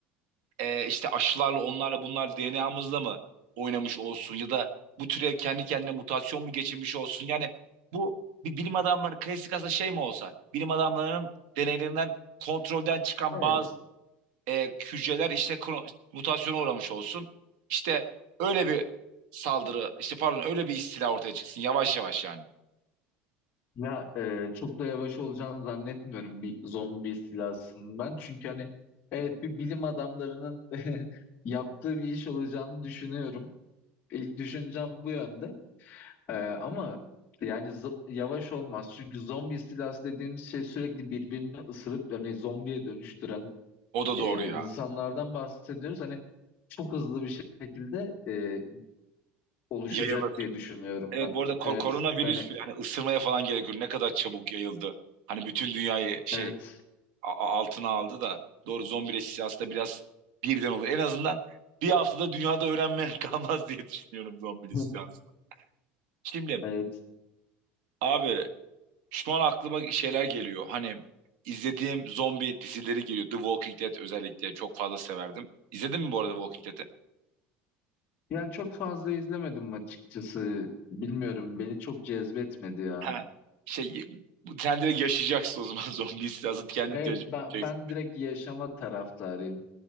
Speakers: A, on the right (about 75°); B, on the left (about 35°).
A: e, işte aşılarla onlarla bunlar DNA'mızla mı oynamış olsun ya da bu türe kendi kendine mutasyon mu geçirmiş olsun. Yani bu bir bilim adamları klasik aslında şey mi olsa bilim adamlarının deneylerinden kontrolden çıkan
B: Evet.
A: bazı e, hücreler işte mutasyona uğramış olsun. İşte öyle bir saldırı, işte pardon öyle bir istila ortaya çıksın yavaş yavaş yani.
B: Ya e, çok da yavaş olacağını zannetmiyorum bir zombi istilasının ben. Çünkü hani evet bir bilim adamlarının <laughs> yaptığı bir iş olacağını düşünüyorum. İlk düşüncem bu yönde. E, ama yani zo- yavaş olmaz. Çünkü zombi istilası dediğimiz şey sürekli birbirini ısırıp yani zombiye dönüştüren
A: O da doğru
B: e,
A: ya.
B: insanlardan bahsediyoruz. Hani çok hızlı bir şekilde e, oluşacak
A: Yayılır.
B: diye düşünüyorum
A: Evet
B: ben.
A: bu arada ko-
B: Evet
A: koronavirüs
B: yani
A: bile hani ısırmaya falan gerek yok. Ne kadar çabuk yayıldı. Hani bütün dünyayı şey
B: evet.
A: a- a- altına aldı da doğru zombileşmesi aslında biraz birden olur. En azından bir haftada dünyada öğrenmeyen <laughs> kalmaz diye düşünüyorum zombi
B: <laughs>
A: istilası. Şimdi
B: Evet.
A: abi Şu an aklıma şeyler geliyor. Hani izlediğim zombi dizileri geliyor. The Walking Dead özellikle çok fazla severdim. İzledin mi bu arada Walking Dead'i?
B: Ya çok fazla izlemedim açıkçası. Bilmiyorum beni çok cezbetmedi ya.
A: Ha. Şey, bu- sen direkt yaşayacaksın o zaman <laughs> zombi istilası kendin
B: Evet
A: tecrübe
B: ben,
A: edeceksin.
B: ben direkt yaşama taraftarıyım.